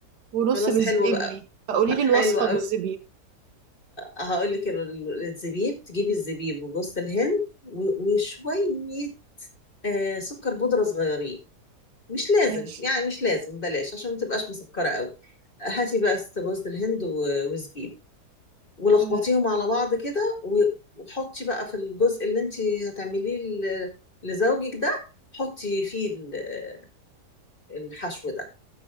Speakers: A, on the right (about 75°); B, on the left (about 30°).
A: ونص
B: خلاص
A: بالزبيب
B: حلو بقى
A: ليه فقولي لي الوصفه
B: حلو قوي
A: بالزبيب
B: هقول لك <laughs> ال- الزبيب تجيبي الزبيب وجوز الهند و- وشوية آه، سكر بودرة صغيرين مش لازم
A: ماشي
B: يعني مش لازم بلاش عشان ما تبقاش مسكرة قوي هاتي بقى ست جوز الهند و- وزبيب ولخبطيهم
A: تمام
B: على بعض كده و- وحطي بقى في الجزء اللي انت هتعمليه ل- لزوجك ده حطي فيه ال- الحشو ده